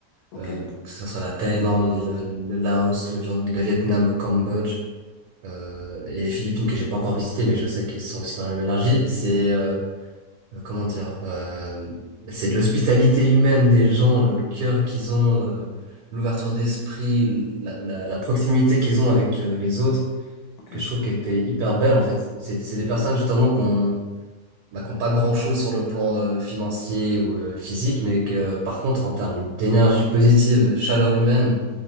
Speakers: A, on the left; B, on the right.
A: ok.
B: euh, que ce soit la
A: Vas-y,
B: Thaïlande,
A: le petit test.
B: le, le Laos, le, Viet- le Vietnam, le Cambodge, euh, et les Philippines que j'ai pas encore visité, mais je sais qu'ils sont aussi dans la même énergie. C'est euh, comment dire, euh, c'est de l'hospitalité humaine des gens, le cœur qu'ils ont, euh, l'ouverture d'esprit, la, la, la proximité qu'ils ont avec euh, les autres,
A: Ok.
B: que je trouve qui était hyper belle en fait. C'est, c'est des personnes justement qu'on bah, qu'on pas grand-chose sur le plan euh, financier ou euh, physique, mais que par contre en termes d'énergie positive, de chaleur humaine,